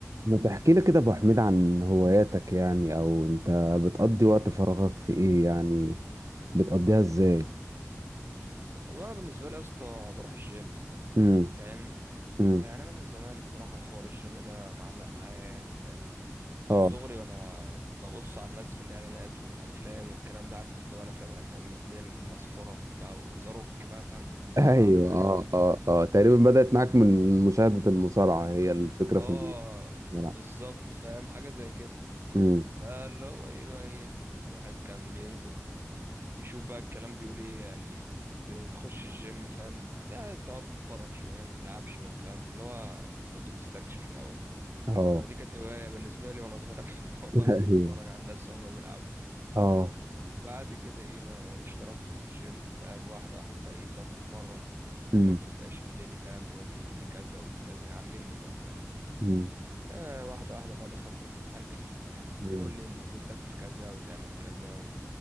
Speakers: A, on the right; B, on the right.
A: ما تحكي لي كده يا ابو حميد عن هواياتك يعني او انت بتقضي وقت فراغك في ايه يعني بتقضيها ازاي
B: والله أنا بالنسبه لي يا اسطى بروح الجيم
A: امم
B: فاهمني
A: امم
B: يعني انا من زمان الصراحه حوار الجيم ده معلق معايا يعني فاهمني من
A: اه
B: صغري وانا ببص على الناس في الاعلانات والافلام والكلام ده عارف انت بقى الافلام الاجنبي تلاقي الناس فورم بقى وزاروك بقى فاهم والمصارعه
A: <laughs> ايوه
B: والحاجات
A: اه
B: دي
A: اه اه تقريبا بدأت معاك من مشاهدة المصارعة هي الفكرة
B: اه
A: في الملعب
B: بالظبط فاهم حاجه زي كده
A: امم
B: فاللي هو ايه بقى ايه الواحد كان بينزل يشوف بقى الكلام بيقول ايه يعني ت- تخش الجيم فاهم لا تقعد تتفرج شوية ما تلعبش بقى فاهم اللي هو كنت بتستكشف الأول
A: اه
B: فدي كانت هواية بالنسبة لي وأنا صغير <laughs> اللي هو
A: <laughs>
B: أنزل
A: ايوه
B: أتفرج على الناس وهما بيلعبوا
A: اه
B: بعد كده إيه بقى اشتركت في الجيم فاهم واحدة واحدة بقى إيه بدأت أتمرن
A: امم
B: الكابتن بقى يشدني فاهم يقول لي دي كذا ودي كذا يعلمني بقى فاهم
A: امم
B: آه واحدة واحدة بقى دخلت في الأكل فاهم
A: أمم.
B: يقول لي المفروض تاكل كذا وتعمل كذا